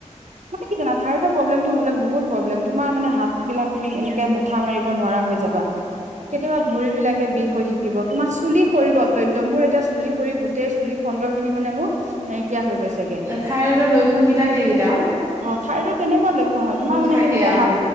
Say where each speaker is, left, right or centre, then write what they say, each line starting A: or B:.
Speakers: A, on the right; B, on the right.
A: মানে কি জানা থাইৰয়ড প্ৰব্লেমটো হ'লে বহুত প্ৰব্লেম তোমাৰ মানে হাত বিলাক তুমি এনেকে মুঠা মাৰিব নোৱাৰা হৈ যাবা। কেতিয়াবা ভৰিবলাকে বিষ হৈ থাকিব তোমাৰ চুলি সৰিবতয়ন্ত মোৰ এটা চুলি সৰি গোটেই চুলি খন্দৰ খিনি মানে মোৰ নাইকিয়া <unintelligible> হয় গৈছেগে
B: অ থাইৰইডৰ লক্ষণ কেইটা সেইকেইটা
A: অঁ ঠাইডৰ তেনেকুৱা লক্ষণ হয় তোমাৰ
B: আৰু
A: মানে
B: থাকে
A: কেনেকে
B: আৰু
A: হাত